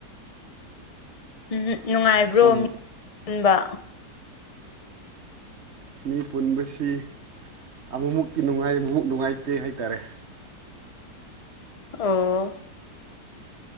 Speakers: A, on the left; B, on the right.
A: ꯎꯝ ꯅꯨꯡꯉꯥꯏꯕ꯭ꯔꯣ
B: ꯁꯣꯝ
A: ꯃꯤꯟꯕ
B: ꯃꯤ ꯄꯨꯟꯕꯁꯤ ꯑꯃꯃꯨꯛꯀꯇꯤ ꯅꯨꯡꯉꯥꯏ ꯑꯃꯃꯨꯛ ꯅꯨꯡꯉꯥꯏꯇꯦ ꯍꯥꯏꯇꯥꯔꯦ
A: ꯑꯣ